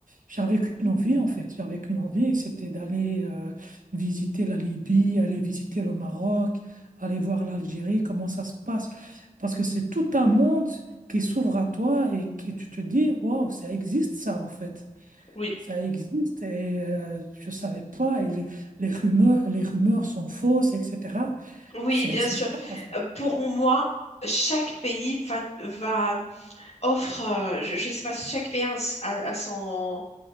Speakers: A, on the right; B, on the left.
A: j'avais qu'une envie en fait. J'avais qu'une envie, c'était d'aller euh, visiter la Libye, aller visiter le Maroc, aller voir l'Algérie, comment ça se passe. Parce que c'est tout un monde qui s'ouvre à toi et qui tu te dis, waouh, ça existe ça en fait.
B: Oui,
A: Ça existe et euh, je ne savais pas. Et les, les rumeurs, les rumeurs sont fausses, etc.
B: oui,
A: C'est
B: bien
A: c'est
B: sûr.
A: ça en fait.
B: Euh, Pour moi, chaque pays va, va offre, euh, je, je sais pas, chaque pays a, a- son,